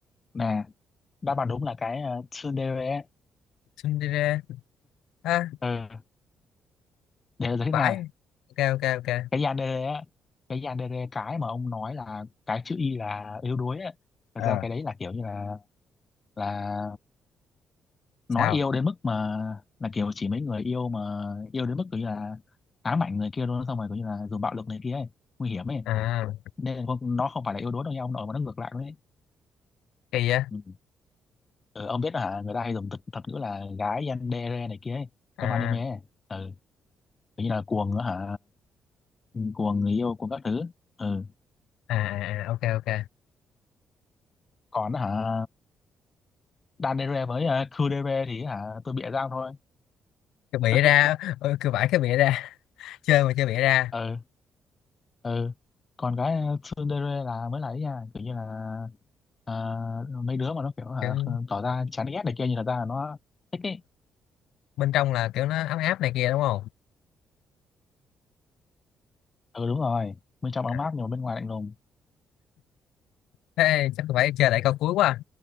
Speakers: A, on the left; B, on the left.
A: nè đáp án đúng là cái uh, Tsundere
B: sinh đê rề à,
A: Ờ, để giải thích
B: phải
A: nha
B: ok ok ok
A: cái yandere á cái yandere cái mà ông nói là cái chữ y là yếu đuối á
B: ờ
A: thật ra cái đấy là kiểu như là là
B: sao
A: nói yêu đến mức mà là kiểu chỉ mấy người yêu mà yêu đến mức kiểu như là ám ảnh người kia luôn xong rồi kiểu như là dùng bạo lực này kia ấy, nguy hiểm ấy
B: à
A: nên là không, nó không phải là yếu đuối đâu nha ông nội mà nó ngược lại luôn ấy
B: kỳ á
A: ừ. Ờ, ông biết là hả, người ta hay dùng thuật, thuật ngữ là gái yandere này kia ấy,
B: à
A: trong anime ấy. Ừ. kiểu như là cuồng hả Ừ, cuồng người yêu cuồng các thứ ừ.
B: à à, ok ok
A: còn hả đan đê rê với uh, khư đê rê thì hả tôi bịa ra thôi
B: cái bịa
A: <laughs>
B: ra ừ, cứ vải cái bịa ra <laughs> chơi mà chơi bịa ra
A: ừ ừ còn cái xương đê rê là mới là ấy nha kiểu như là ờ, mấy đứa mà nó kiểu hả,
B: kiểu,
A: tỏ ra chán ghét này kia nhưng thật ra là nó thích ấy
B: bên trong là kiểu nó ấm áp này kia đúng không
A: ừ đúng rồi bên trong ấm
B: À,
A: áp nhưng mà bên ngoài lạnh lùng
B: thế chắc tôi phải chơi lại câu cuối quá